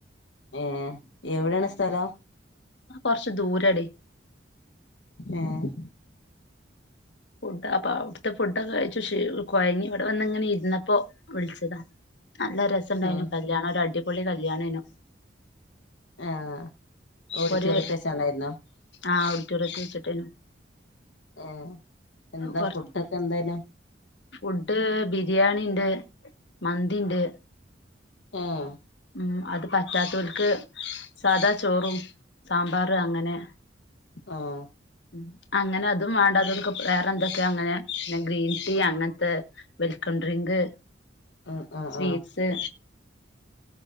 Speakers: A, on the left (about 80°); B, on the left (about 65°).
A: ഏഹ് എവടെണ് സ്ഥലം.
B: കൊർച്ച് ദൂരെടീ.
A: ഏഹ്
B: ഫുഡ അപ്പൊ അവ്ട്ത്തെ ഫുഡൊക്കെ കഴിച്ചു ക്ഷീണു കൊഴങ്ങി ഇവടെ വന്ന്ങ്ങനെ ഇര്ന്നപ്പോ വിളിച്ചതാ. നല്ല രസണ്ടായിനു
A: ഉം
B: കല്യാണൊരടിപൊളി കല്യാണേനു.
A: ആഹ്
B: ഇപ്പൊര്
A: ഓഡിറ്റോറിയത്ത് വെച്ചാണ്ടായിരുന്നോ
B: ആഹ് ഓഡിറ്റോറിയത്ത് വെച്ച്ട്ടേനു.
A: ആഹ് എന്താ
B: കൊറ
A: ഫുഡൊക്കെന്തെയ്നു?
B: ഫുഡ് ബിരിയാണിണ്ട് മന്തിണ്ട്.
A: ഏഹ്
B: ഉം അത് പറ്റാത്തോൽക്ക് സാധാ ചോറും സാമ്പാർ അങ്ങനെ
A: ആഹ്
B: ഉം അങ്ങനെ അതും വാണ്ടാത്തോൽക്ക് വേറെന്തെക്ക്യോ അങ്ങനെ പിന്നെ ഗ്രീൻ ടീ അങ്ങൻത്തെ വെൽക്കം ഡ്രിങ്ക്,
A: ഉം ആഹ്
B: സ്വീറ്റ്സ്
A: ആഹ്